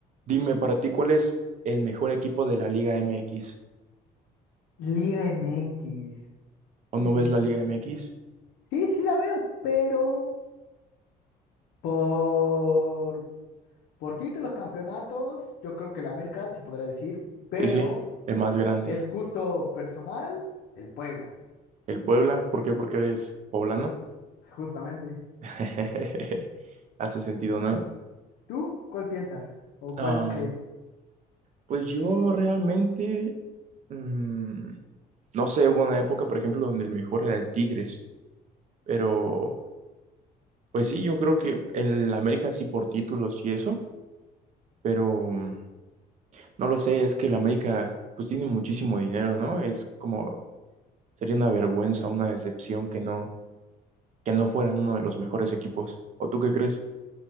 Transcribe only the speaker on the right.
Dime, para ti, ¿cuál es el mejor equipo de la Liga MX?
¿O no
ves la Liga MX?
Sí, sí, el más grande.
¿El Puebla? ¿Por qué? Porque eres poblano.
<laughs> Hace sentido, ¿no?
Ah,
pues yo realmente, mm, no sé, hubo una época, por ejemplo, donde el mejor era el Tigres, pero pues sí, yo creo que el América sí por títulos y eso, pero mm, no lo sé, es que el América pues tiene muchísimo dinero, ¿no? Es como Sería una vergüenza, una decepción que no, que no fueran uno de los mejores equipos. ¿O tú qué crees?